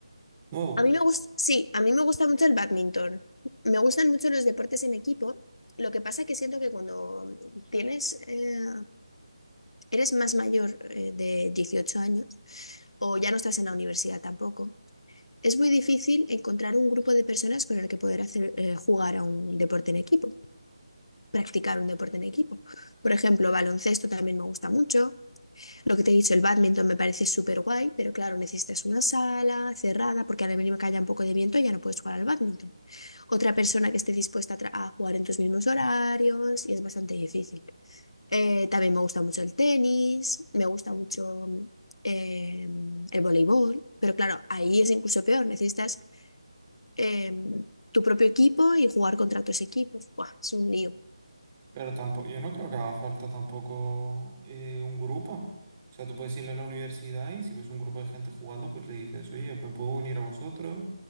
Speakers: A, on the right; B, on the left.
A: Nuevo,
B: A mí me gusta, sí, a mí me gusta mucho el bádminton. Me gustan mucho los deportes en equipo. Lo que pasa es que siento que cuando tienes, eh, eres más mayor eh, de 18 años o ya no estás en la universidad tampoco, es muy difícil encontrar un grupo de personas con el que poder hacer, eh, jugar a un deporte en equipo, practicar un deporte en equipo. Por ejemplo, baloncesto también me gusta mucho. Lo que te he dicho, el bádminton me parece súper guay, pero claro, necesitas una sala cerrada porque a la mínima que haya un poco de viento ya no puedes jugar al bádminton. otra persona que esté dispuesta a, tra- a jugar en tus mismos horarios y es bastante difícil. Eh, también me gusta mucho el tenis, me gusta mucho mm, em, el voleibol, pero claro, ahí es incluso peor, necesitas em, tu propio equipo y jugar contra otros equipos. Buah, es un lío.
A: pero tampoco, yo no creo que haga falta tampoco eh, un grupo. O sea, tú puedes ir a la universidad y si ves un grupo de gente jugando, pues le dices, oye, ¿me puedo unir a vosotros?